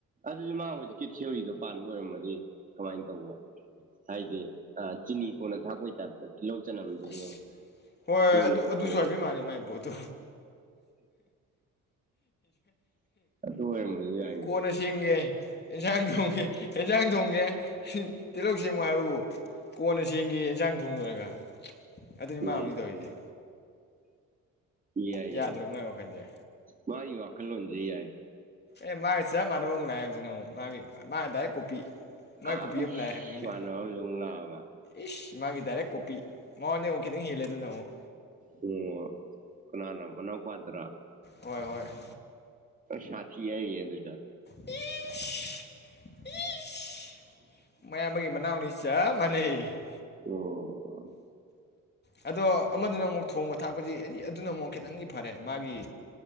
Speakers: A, on the right; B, on the left.
A: ꯑꯗꯨꯗꯤ ꯃꯥ ꯍꯧꯖꯤꯛꯀꯤ ꯊꯤꯑꯣꯔꯤꯗꯣ ꯄꯥꯟꯕ ꯑꯣꯏꯔꯝꯃꯗꯤ ꯀꯃꯥꯏꯅ ꯇꯧꯕ ꯍꯥꯏꯗꯤ ꯆꯤꯅꯤ ꯀꯣꯟꯅ ꯊꯥꯛꯄꯩ ꯇꯥꯏꯞꯇ ꯇꯤꯜꯍꯧ ꯆꯅꯝꯗꯨꯁꯨ
B: ꯏꯁ ꯍꯣ ꯍꯣꯏ
A: ꯀꯣꯟꯅ
B: ꯑꯗꯨ ꯑꯗꯨꯁꯨ
A: ꯊꯧꯕ
B: ꯍꯥꯏꯕꯤ ꯃꯥꯜꯂ ꯃꯥꯏ ꯄꯣꯠꯇꯣ
A: ꯑꯗꯨ ꯑꯣꯏꯔꯝꯕꯁꯨ ꯌꯥꯏꯅꯦ
B: ꯀꯣꯟꯅ ꯁꯦꯝꯒꯦꯌꯦ꯫ ꯌꯦꯟꯁꯥꯡ ꯊꯣꯡꯒꯦ ꯑꯦꯟꯁꯥꯡ ꯊꯣꯡꯒꯦ ꯇꯤꯜꯍꯧ ꯁꯦꯝꯃꯨ ꯍꯥꯏꯕꯕꯨ ꯀꯣꯟꯅ ꯁꯦꯝ ꯁꯦꯝꯒꯦꯌꯦ ꯏꯟꯖꯥꯡ ꯊꯣꯡꯂꯣꯏꯔꯒꯥ ꯑꯗꯨꯅꯤ ꯃꯥ
A: ꯎꯝ
B: ꯍꯨꯖꯤꯛ ꯇꯧꯔꯤꯁꯦ꯫
A: ꯌꯥꯏ
B: ꯌꯥꯗ꯭ꯔꯣ
A: - ꯌꯥꯏ
B: ꯃꯥꯏ ꯋꯥꯈꯜꯁꯦ
A: ꯃꯥꯒꯤ ꯋꯥꯈꯜꯂꯣꯟꯅꯤ꯫ ꯌꯥꯏ
B: ꯑꯦ ꯃꯥꯒ ꯆꯞ ꯃꯥꯟꯅꯕ ꯑꯃꯃꯨꯛ ꯂꯥꯝꯑ ꯍꯧꯖꯤꯛꯅ ꯑꯃꯨꯛ ꯃꯥꯒꯤ ꯃꯥ ꯗꯥꯏꯔꯦꯛ ꯀꯣꯄꯤ
A: ꯑꯁ
B: ꯃꯥꯏ ꯀꯣꯄꯤ ꯑꯃ ꯂꯥꯛꯑꯦ ꯍꯥꯏꯕꯒꯤꯅꯦ
A: ꯏꯃꯥꯟꯅꯕ
B: ꯏꯁ ꯃꯥꯒꯤ ꯗꯥꯏꯔꯦꯛ ꯀꯣꯄꯤ ꯃꯉꯣꯟꯗ ꯑꯃꯨꯛ ꯈꯤꯇꯪ ꯍꯦꯜꯂꯦ ꯑꯗꯨꯅ ꯑꯃꯨꯛ꯫
A: ꯑꯃꯁꯨ ꯑꯃꯨꯛ ꯂꯥꯛꯑꯕ ꯑꯣ ꯀꯅꯥꯅꯣ ꯃꯅꯥꯎꯄꯥꯗꯨꯔꯣ
B: ꯍꯣꯏ - ꯍꯣꯏ ꯫
A: ꯁꯥꯊꯤ ꯌꯥꯏꯌꯦ꯫ <unintelligible>
B: ꯏꯁ ꯏꯁ꯫ <unintelligible> ꯆꯞ ꯃꯥꯅꯩ ꯫
A: ꯑꯣ꯫
B: ꯑꯗꯣ ꯑꯃꯗꯨꯅ ꯑꯃꯨꯛ ꯊꯣꯡꯕ ꯊꯥꯛꯄꯁꯤ ꯑꯩꯗꯤ ꯑꯗꯨꯅ ꯑꯃꯨꯛ ꯈꯤꯇꯪꯗꯤ ꯐꯔꯦ ꯃꯥꯒꯤ